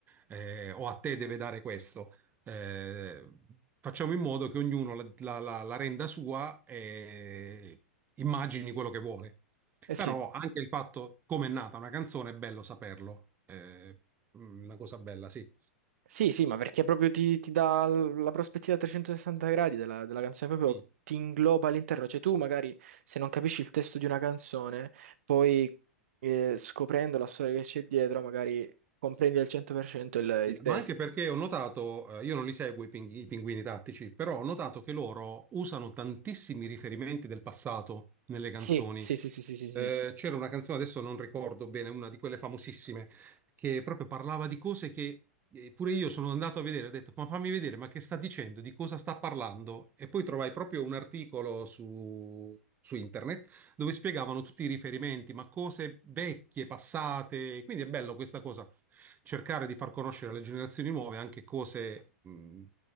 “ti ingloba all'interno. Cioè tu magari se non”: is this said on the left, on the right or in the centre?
Right